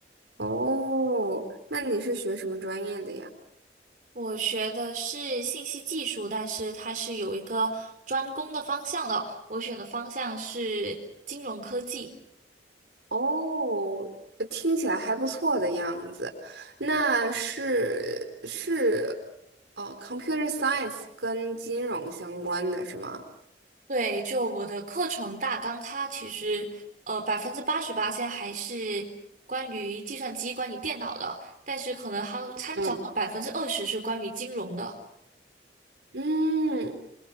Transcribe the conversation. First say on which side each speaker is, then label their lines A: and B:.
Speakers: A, on the right (about 80°); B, on the right (about 50°).
A: 哦，那你是学什么专业的呀？
B: 我学的是信息技术，但是它是有一个专攻的方向的。我选的方向是金融科技。
A: 哦，呃听起来还不错的样子。那是是哦，computer science 跟金融相关的是吗？
B: 对，就我的课程大纲，它其实呃百分之八十八现在还是关于计算机、关于电脑的，但是可能还有掺杂了百分之二十是关于金融的。
A: 嗯。嗯，